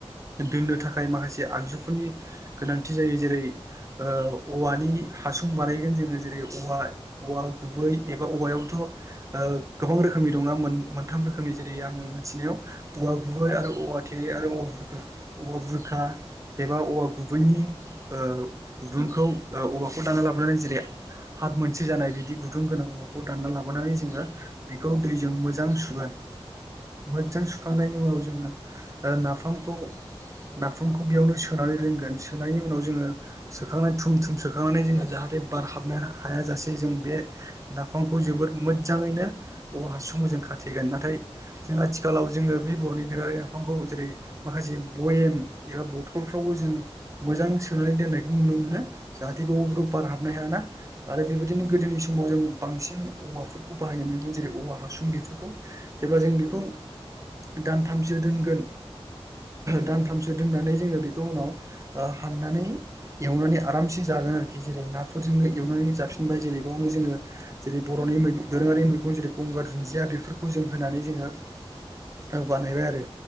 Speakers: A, on the right (about 30°); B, on the left (about 30°).
A: दोननो थाखाय माखासे आगजुफोरनि गोनांथि जायो जेरै ओ औवानि हासुं बानायगोन जोङो जेरै औवा औवा गुबै एबा औवायावथ' ओ गोबां रोखोम नि दंना मोन-मोनथाम रोखोमनि जेरै आंङो मोनथिनायाव औवा गुबै आरो औवा थेरे आरो औवा बुर औवा बुरखा। एबा औवा गुबैनि ओ गुदुंखौ औवाखौ दाना लाबोनानै जेरै हाथ मोनसे जानाय बिदि गुदुं गोनां औवाखौ दानना लाबोनानै जोङो बेखौ दैजों मोजां सुगोन।
B: <inaudible>
A: मोजां सुखांनायनि उनाव जोङो ओ नाफामखौ नाफामखौ बेयावनो सोनानै दोनगोन सोनायनि उनाव जोंङो सोखांनानै थुम थुम सोखांनानै जोङो जाहाथे बारहाबनो हायाजासे जों बे निफामखौ जोबोद मोजाङैनो औवा हासुं मोजों खाथेगोन नाथाय जों आथिखालाव जोङो बे बर'नि दोरोङारि नाफामखौ जेरै माखासे बयेम एबा बथलफ्रावबो जों मोजां सोनानै दोननायखौ नुनो मोनो जाहाथे बे अ बार हाबनो हायाना। आरो बेबायदिनो
B: औ
A: गोदोनि समाव जों बांसिन औवाफोरखौ बाहायनाय नुयोमोन जेरै औवा हासुं बेफोरखौ। जेब्ला जों दानथामसो
B: उम
A: दोनगोन
B: ओम
A: दानथामसो दोननानै जोङो बेखौ उनाव ओ हाननानै एवनानै आरामसे जागोन आरोखि जेरै <unintelligible> एवनानै
B: औ
A: जाफिनबाय जेरै‌ बयावनो जोङो जेरै बर'नि
B: औ
A: मै दोरोङारि मै बेखौ जेरै गंगार दुन्दिया बेफोरखौ जों होनानै जोङो ओ बानायबाय आरो।